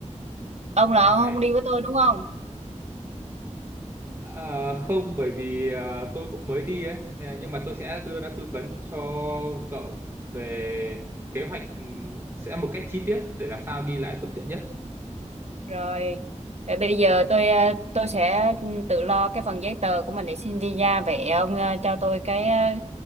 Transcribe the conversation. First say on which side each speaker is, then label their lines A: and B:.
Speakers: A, on the right (about 60°); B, on the right (about 20°).
A: Ông là
B: ba
A: ông
B: ngày
A: không đi với tôi đúng không?
B: À, không bởi vì à, tôi cũng mới đi ấy Nè, nhưng mà tôi sẽ đưa ra tư vấn cho cậu về kế hoạch ừm, sẽ một cách chi tiết để làm sao đi lại thuận tiện nhất
A: Rồi. Vậy bây giờ tôi ờ, tôi sẽ ừ, tự lo cái phần giấy tờ của mình để xin visa vậy ông ờ, cho tôi cái ờ,